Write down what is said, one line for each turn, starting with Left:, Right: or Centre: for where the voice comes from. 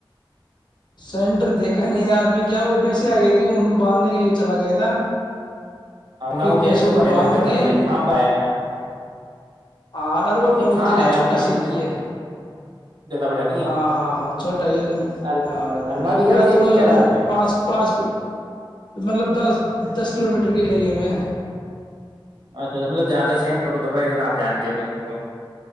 Left: سینٹر دیکھا نہیں یار میں کیا وہ ویسے آ گئی تھی وہ ان کو باندھنے کے لیے چلا گیا تھا پھر
Right: نہ وہ
Left: بھینسوں
Right: کیا ہے تیرے
Left: کو
Right: ڈر
Left: باندھ
Right: لگ جاتا
Left: کے
Right: نا بھائی کہاں پہ آیا ہے؟
Left: ار وہٹ
Right: نہیں کہاں
Left: تو کیا
Right: آیا
Left: چھوٹا
Right: سٹی
Left: س
Right: میں
Left: کی ہے
Right: زیادہ بڑا نہیں
Left: ہ ہاں ہاں چھوٹا ہی
Right: ہے
Left: ہاں زد
Right: اربا
Left: م
Right: بھی گھر
Left: اڑا
Right: چیک
Left: تو
Right: نہیں کیا رات میں
Left: پانچ پانچ مطلب دس دس کلو میٹر کے اریے میں
Right: اچھاچ مطلبیادہ سینٹر کو تو بائی آپ جانے د نہیں سکو